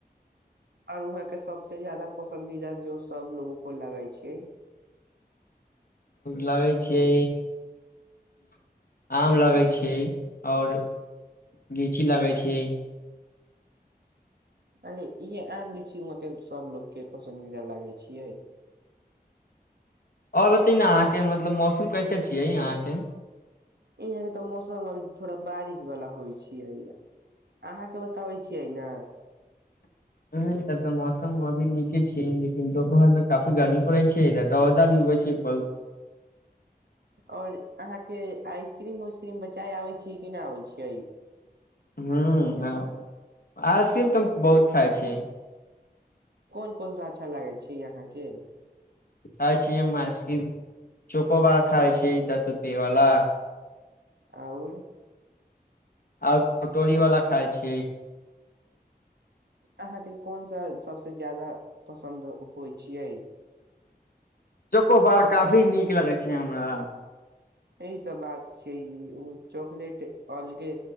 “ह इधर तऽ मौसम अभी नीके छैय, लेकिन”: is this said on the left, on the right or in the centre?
Left